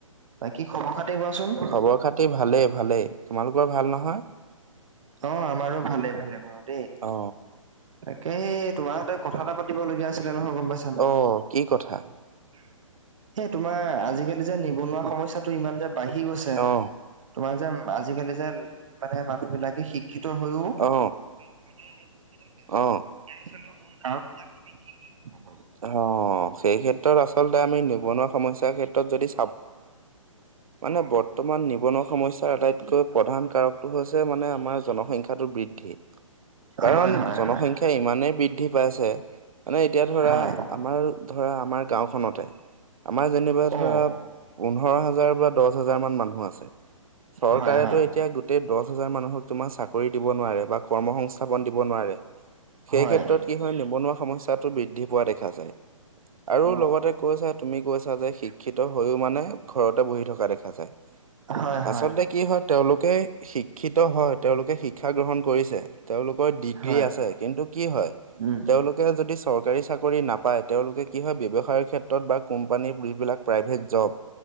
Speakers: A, on the right; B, on the right.
A: বাকী, খবৰ-খাতি কোৱাচোন।
B: খবৰ খাতি ভালেই, ভালেই। তোমালোকৰ ভাল, নহয়?
A: অঁ, আমাৰো ভালে-ভালে বাৰু, দেই।
B: অঁ।
A: তাকে, সেই, তোমাৰ সৈতে কথা এটা পাতিবলগীয়া আছিলে, নহয়? গম পাইছা, নাই?
B: অ কি কথা
A: <unintelligible> সেই, তোমাৰ। আজিকালি যে নিবনুৱা সমস্যাটো ইমান যে বাঢ়ি গৈছে,
B: অ
A: তোমাক যে আজিকালি যে, মানে, মানুহবিলাকে শিক্ষিত হয়ও,
B: অ
A: <inaudible> বহি থাকে। ইয়াৰ,
B: অ
A: আচলতে, মোৰ বিলাক। তুমি কি বুলি ভাব, বাৰু?
B: অঁ, সেই ক্ষেত্ৰত, আচলতে
A: বাৰু
B: মানে
A: অ
B: বৰ্তমান নিবনুৱা সমস্যাৰ আটাইতকৈ প্ৰধান কাৰকটো হৈছে মানে আমাৰ জনসংখ্যাটো বৃদ্ধি। কাৰণ
A: হয় হয়
B: জনসংখ্যা
A: হয়
B: ইমানেই বৃদ্ধি পাইছে। মানে এতিয়া ধৰা
A: হয়
B: আমাৰ ধৰা আমাৰ গাঁওখনতে, আমাৰ যেনিবা ধৰা
A: অ
B: পোন্ধৰ হাজাৰ বা দহ হাজাৰ মান মানুহ আছে। চৰকাৰেটো
A: হয় হয়
B: এতিয়া গোটেই দহ হাজাৰ মানুহক তোমাৰ চাকৰি দিব নোৱাৰে। বা কৰ্ম সংস্থাপন দিব নোৱাৰে। সেই
A: হয়
B: ক্ষেত্ৰত কি হয় নিবনুৱা সমস্যাটো বৃদ্ধি পোৱা দেখা যায়। আৰু
A: অ
B: লগতে কৈছে, তুমি কৈছা যে শিক্ষিত হৈও মানে ঘৰতে বহি থকা দেখা যায়।
A: হয় হয়
B: আচলতে কি হয়। তেওঁলোকে শিক্ষিত হয়। তেওঁলোকে শিক্ষা গ্ৰহণ কৰিছে। তেওঁলোকৰ ডিগ্ৰী
A: হয়
B: আছে। কিন্তু কি হয়,
A: উম
B: তেওঁলোক সেয়া যদি চৰকাৰী চাকৰি নাপায় তেওঁলোকে কি হয় ব্যৱসায়ৰ ক্ষেত্ৰত বা কোম্পানী যিবিলাক, প্ৰাইভেট জব।